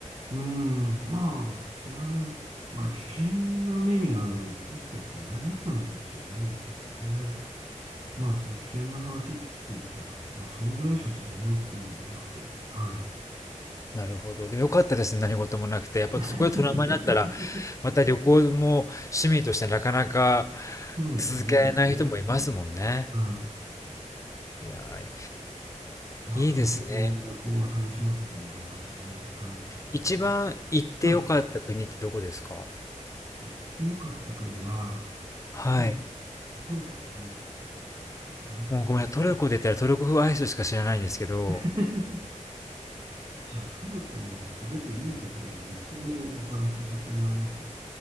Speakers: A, on the right; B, on the left.
A: うーん、まあ、それも、まあ、危険な目に遭う一歩手前だったのかもしれないですけどね。まあ、ちょっと危険な話って言ったら、まあ、そのぐらいしかちょっと思いつくものがなくて、はい。
B: なるほど。でも良かったですね。何事もなくて。やっぱそこでトラウマになったら、
A: <laughs>
B: また旅行も趣味としてなかなか
A: そうですね。
B: 続けられない人もいますもんね。
A: はい。
B: いやー、
A: まあ、
B: いいですね。
A: そんな感じで旅行は楽しませてもらいましたね。はい。あちこちで。
B: 一番行って良かった国ってどこですか
A: はい。行ってよかった国は、
B: はい。
A: トルコ、トルコですね。トルコ大好きです。
B: もうごめんなさい、トルコで言ったらトルコ風アイスしか知らないんですけど、
A: <laughs> じゃあ、トルコのすごくいいところを3つほどお話をさせてもらいます。